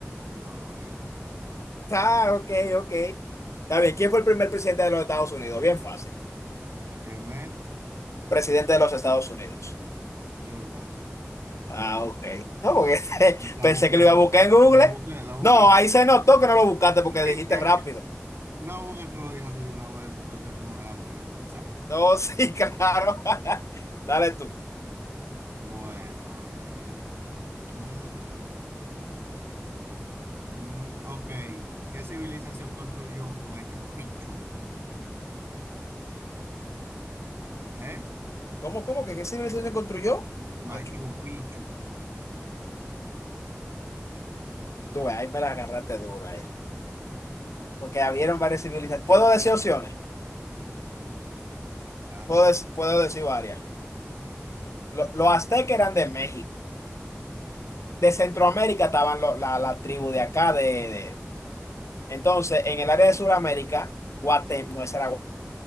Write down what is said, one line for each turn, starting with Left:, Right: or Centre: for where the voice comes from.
Right: no lo eres.
Left: Ah, ok, ok. Está bien, ¿quién fue el primer presidente de los Estados Unidos? Bien fácil.
Right: El primer,
Left: Presidente de los Estados Unidos.
Right: George Washington.
Left: Ah, ok. No, porque <laughs>
Right: La
Left: pensé
Right: busqué,
Left: que lo iba a buscar en Google.
Right: la busqué, la busqué.
Left: No, ahí se notó que no lo buscaste porque
Right: <laughs>
Left: dijiste rápido.
Right: No, porque tú lo dije así de una vez, porque es que tú no dejas a uno ni pensar.
Left: No, <laughs> sí, claro. <laughs> Dale tú.
Right: Bueno, eh, mm, mm, ok. ¿Qué civilización construyó Machu Picchu? ¿Eh?
Left: ¿Cómo, cómo que qué civilización construyó?
Right: Machu
Left: Machu.
Right: Picchu.
Left: Tú, ves, ahí me la agarraste dura ahí. porque habieron varias civilizaciones. Puedo decir opciones,
Right: Mm, dale,
Left: puedo, dec- puedo decir varias.
Right: sí,
Left: Lo- los aztecas eran de México, de Centroamérica estaban lo- la, la tribu de acá, de, de- Entonces, en el área de Sudamérica, Guate, no esa era Gua-